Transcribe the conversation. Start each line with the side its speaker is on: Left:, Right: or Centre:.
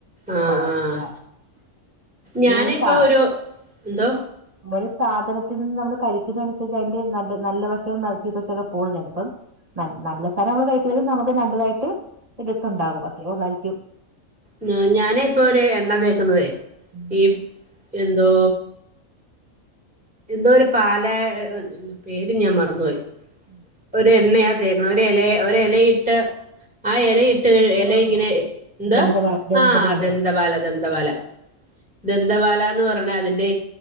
Centre: ആഹ്
Right: കൊറെക്കെ
Centre: ആഹ്
Right: <unintelligible>
Centre: ഞാനിപ്പോ
Right: സാ
Centre: ഒരു എന്തോ
Right: ഒരു സാധനത്തിൽ നിന്ന് നമ്മള് കഴിക്കുന്നനുസരിച്ച് അതിന്റെ നല്ല നല്ല വശവും ചീത്തവശക്കെ പോകണ്ട് ഇപ്പം നല്ല സാനം നമ്മള് കഴിക്കുന്നെങ്കിൽ നമുക്ക് നല്ലതായിട്ട് ത്ത്ണ്ടാകും അത്രേള്ളായിരിക്കും
Centre: ഉം ഞാനെ ഇപ്പൊ ഒര് എണ്ണ തേക്കുന്നതേ
Right: ഉം
Centre: ഈ എന്തോ എന്തോ ഒരു പാല പേര് ഞാൻ മറന്നുപോയി
Right: ഉം
Centre: ഒരു എണ്ണയാ തേക്കണ ഒരു എല ഒര് എലയിട്ട് ആ എലയി ട്ട്
Right: ദന്തവാളയാ
Centre: എല ഇങ്ങനെ എന്തുവാ
Right: ദന്തവാ ദന്തവാളയാ
Centre: ആഹ് ദന്തപാല ദന്തപാല ദന്തപാലന്ന് പറഞ്ഞ അതിന്റെ